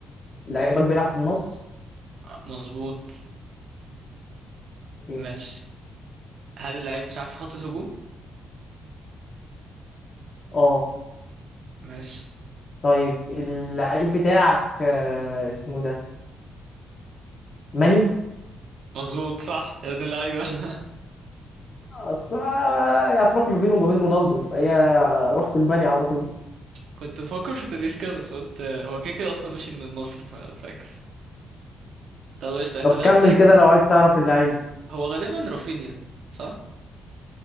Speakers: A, on the left (about 35°); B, on the right (about 65°).
A: لعيبك بيلعب في النص
B: مظبوط
A: اوكي.
B: ماشي هل اللعيب بتاعك في خط الهجوم
A: اه
B: ماشي
A: طيب اللعيب بتاعك آه اسمه ده ماني
B: مظبوط صح يا ابن اللعيبة <laughs>
A: اصل آه، هتروح ما بينه وما بين رونالدو فهي آه، رحت الماني على طول
B: كنت بفكر في تاليسكا بس قلت آه، هو كده كده أصلا مشي من النصر ف- فاكس طب قشطة أنت
A: طب
B: اللعيب
A: كمل
B: بتاعك
A: كده لو عايز تعرف اللعيب
B: هو غالبا رافينيا صح